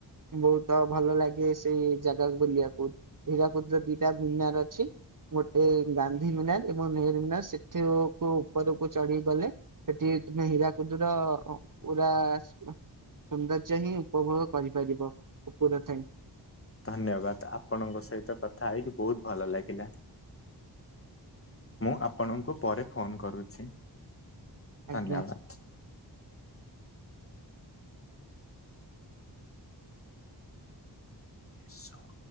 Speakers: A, on the right; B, on the left.
A: ବହୁତ ଭଲ ଲାଗେ ସେଇ ଜାଗା ବୁଲିବାକୁ ହୀରାକୁଦର ଦିଟା ଭୁମିନାର ଅଛି। ଗୋଟେ ଗାନ୍ଧୀ ମିନାର ଏବଂ ନେହେରୁ ମିନାର ସେଠି କ ଉପରକୁ ଚଢି ଗଲେ ସେଠି ତମେ ହୀରାକୁଦୁର ପୁରା ସୌନ୍ଦର୍ଯ୍ୟ ହିଁ ଉପଭୋଗ କରିପାରିବ ଉପରେ ଥାଇଁ।
B: ଧନ୍ୟବାଦ ଆପଣଙ୍କ ସହିତ କଥା ହେଇକି ବହୁତ ଭଲ ଲାଗିଲା। ମୁଁ ଆପଣଙ୍କୁ ପରେ ଫୋନ କର କରୁଛି
A: ଆଜ୍ଞା।
B: ଧନ୍ୟବାଦ। ସବ,